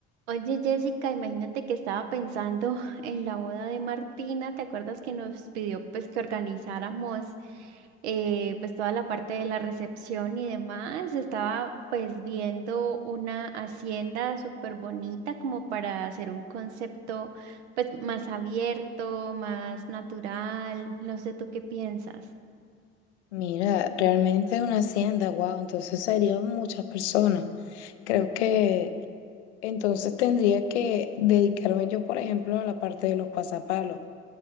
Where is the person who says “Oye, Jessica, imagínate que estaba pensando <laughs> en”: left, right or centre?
Right